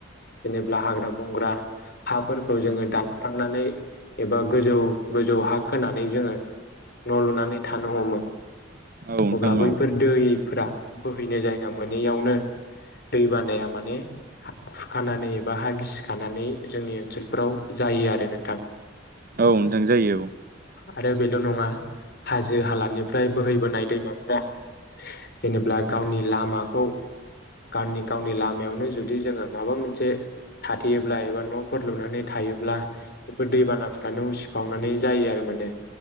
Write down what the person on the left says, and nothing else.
जेनेबब्ला हाग्रा बंग्रा हाफोरखौ जोङो दानस्रांनानै एबा गोजौ गोजौ हा खोनानै जोङो न लुनानै थानो हमो
अब्ला बैफोर
दै फोरा बोहैनो जायगा मोनैयावनो दै बानाया माने हा खुर खानानै एबा हा गिसि खानानै जोंनि ओनसोलफोराव जायो आरो नोंथां
आरो बेल नङा हाजो हालानिफ्राय बोहैबोनाय दैमाफ्रा
जेनेब्ला गावनि लामाखौ गावनि गावनि लामायावनो जुदि जोङो माबा मोनसे थाथेयोब्ला एबा न'फोर लुनानै थायोब्ला बेफोर दैबानाफ्रानो
उ सिफावनानै जायो आरो माने।